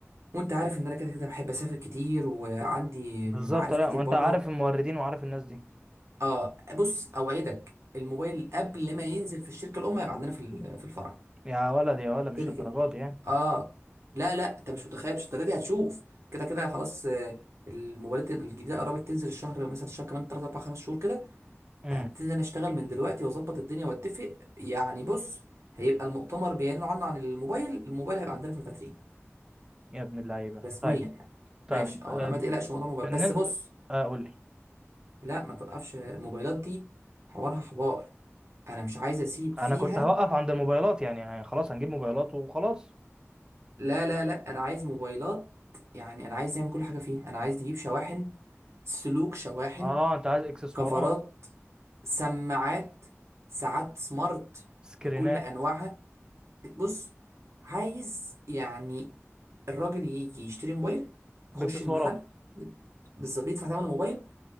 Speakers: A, on the right; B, on the right.
A: وانت عارف ان انا كده كده بحب اسافر كتير وعندي
B: بالظبط
A: معارف
B: لا
A: كتير
B: ما انت
A: بره
B: عارف الموردين وعارف الناس دي
A: اه بص اوعدك الموبايل قبل ما ينزل في الشركه الام هيبقى عندنا في ال- في الفرع
B: يا ولد يا ولد مش
A: كده
B: للدرجه
A: كده
B: دي يعني
A: اه لا لا انت مش متخيل مش انت دي هتشوف كده كده خلاص آه، الموبايلات الجديده قربت تنزل الشهر مثلا الشهر كمان 3 4 5 شهور كده
B: امم
A: هبتدي انا اشتغل من دلوقتي واظبط الدنيا واتفق يعني بص هيبقى المؤتمر بيعلنوا عنه عن الموبايل الموبايل هيبقى عندنا في الفاترين
B: يا ابن اللعيبه
A: رسميا
B: طيب
A: يعني
B: طيب
A: ماشي اه
B: آه
A: لا ما تقلقش موضوع الموبايل
B: بالنسبه
A: بس بص
B: آه قول لي
A: لا ما توقفش الموبايلات دي حوارها حوار انا مش عايز اسيب فيها
B: انا كنت هوقف عند الموبايلات يعني آه، خلاص هنجيب موبايلات وخلاص
A: لا لا لا انا عايز موبايلات يعني انا عايز نعمل كل حاجه فيها انا عايز نجيب شواحن سلوك شواحن
B: اه انت عايز اكسسوارات
A: كفرات سماعات ساعات سمارت
B: سكرينات
A: بكل انواعها بص عايز يعني الراجل يجي يشتري موبايل
B: باكسسوارات
A: يخش المحل بالظبط يدفع ثمن الموبايل